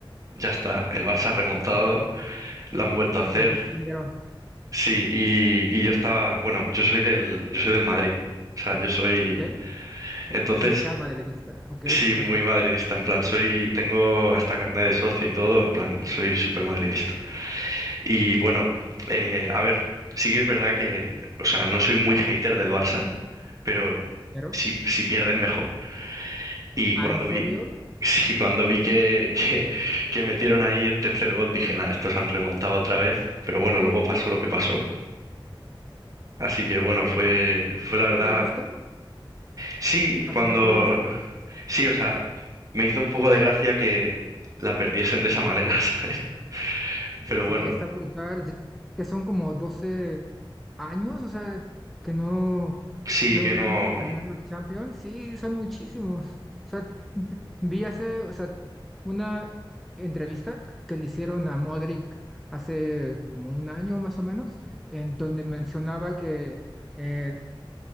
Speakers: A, on the right; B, in the centre.
A: ya está, el Barça ha remontado, lo han vuelto a hacer,
B: lo consiguieron.
A: sí, y, y yo estaba, bueno, yo soy del, yo soy del Madrid, o sea, yo soy,
B: ¿ok?
A: entonces,
B: Hincha madridista, ok,
A: sí, muy
B: perfecto.
A: madridista, en plan, soy, tengo hasta carnet de socio y todo, en plan, soy súper madridista. Y bueno, eh, a ver, sí que es verdad que, o sea, no soy muy hater del Barça, pero
B: Pero,
A: si, si pierden mejor. Y
B: ah,
A: cuando
B: ¿en serio?
A: vi, <laughs> sí, cuando vi que, que, que metieron ahí el tercer gol, dije, nada, estos han remontado otra vez. Pero bueno, luego pasó lo que pasó. Así que bueno, fue, fue la verdad.
B: ¿Te dio gusto?
A: Sí,
B: ¿Al
A: cuando.
B: final te dio gusto?
A: Sí, o sea, me hizo un poco de gracia que la perdiesen de esa manera, <laughs> ¿sabes? Pero
B: Sí,
A: bueno,
B: está brutal. Yo- que son como doce años, o sea, que no
A: sí
B: logran
A: que no.
B: ganar la Champions. Sí, son muchísimos. O sea, vi vi hace, o sea, una entrevista que le hicieron a Modric hace como un año más o menos, en donde mencionaba que eh,